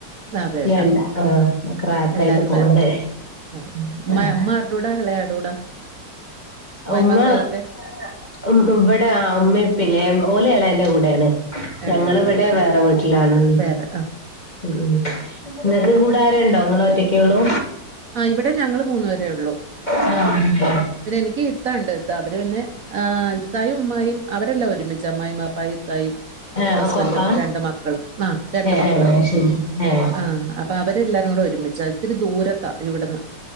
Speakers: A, on the right; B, on the left.
A: അതെ
B: ഇല്ലല്ല.
A: ആ
B: ആഹ് റാഹത്തായിട്ട്
A: എല്ലാരും
B: പോണ്ട്‌.
A: വേ- ഉം. ഉമ്മ
B: ആഹ്
A: <unintelligible> ഉമ്മായി
B: ഉമ്മ
A: മാപ്പായും
B: ഏഹ്,
A: ഒക്കെ
B: ഉം ഉം ഇവിടെ ഇമ്മ ഇപ്പില. ഓല് എളെന്റെ കൂടെ ആണ്. ഞങ്ങള്
A: ഇളയാടെ
B: ഇവടെ
A: കൂടെ
B: വേറെ വീട്ടിലാണ്.
A: <unintelligible> ആ
B: ഉം ഉം നിങ്ങക്ക് കൂടെ ആരേ ഇണ്ടോ? നിങ്ങള ഒറ്റക്കെ ഉള്ളൂ?
A: ആഹ് ഇവിടെ ഞങ്ങള് മൂന്ന് പേരെ ഉള്ളു.
B: ആഹ് ഉണ്ടോ
A: പിന്നെ എനിക്ക്, ഇത്തണ്ട് ഇത്ത അവര് പിന്നെ ആഹ് ഇത്തായും ഉമ്മായും അവരെല്ലാം ഒരുമിച്ച് ഉമ്മായും ബാപ്പായും ഇത്തായും
B: ആഹ്
A: ഹസ്ബൻറും
B: ഒക്കെ ഒപ്പാ
A: രണ്ട് മക്കളും ആഹ് രണ്ട്
B: ഏഹ്
A: മക്കള്
B: ഏഹ്
A: ആഹ് അപ്പ അവരെല്ലാരും കൂടെ ഒരുമിച്ചാ ഇത്തിരി ദൂരത്താ ഇവിടുന്ന്